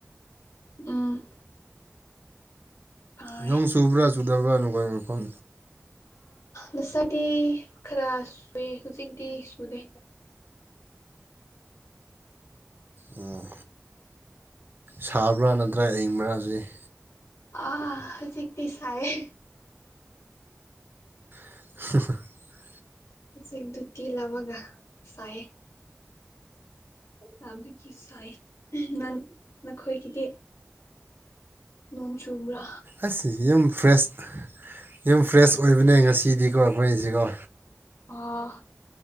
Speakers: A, on the left; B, on the right.
A: ꯎꯝ ꯐꯔꯦ
B: ꯅ‌ꯣꯡ ꯆꯨꯕ꯭ꯔꯥ ꯆꯨꯗꯕ꯭ꯔꯥ ꯅꯈꯣꯏ ꯃꯐꯝ
A: ꯅꯁꯥꯗꯤ ꯈꯔ ꯁꯨꯏꯦ ꯍꯧꯖꯤꯛꯇꯤ ꯁꯨꯗꯦ
B: ꯑꯣ ꯁꯥꯕ꯭ꯔꯥ ꯅꯠꯇ꯭ꯔꯥ ꯑꯏꯪꯕ꯭ꯔꯥ ꯍꯧꯖꯤꯛ
A: ꯑ ꯍꯧꯖꯤꯛꯇꯤ ꯁꯥꯏ ꯑꯦ
B: <inaudible>
A: ꯁꯤꯒꯗꯨꯇꯤꯂ ꯃꯒ ꯁꯥꯏꯦ ꯂꯕꯒꯤ ꯁꯥꯏ ꯅꯪ ꯅꯈꯣꯏꯒꯤꯗꯤ ꯅꯣꯡ ꯆꯨꯝꯕ꯭ꯔꯥ
B: ꯑꯁ ꯌꯨꯝ ꯐ꯭ꯔꯦꯁ ꯌꯨꯝ ꯐ꯭ꯔꯦꯁ ꯑꯣꯏꯕꯅꯦ ꯉꯁꯤꯗꯤꯀꯣ ꯑꯩꯁꯤꯒꯣ
A: ꯑꯥ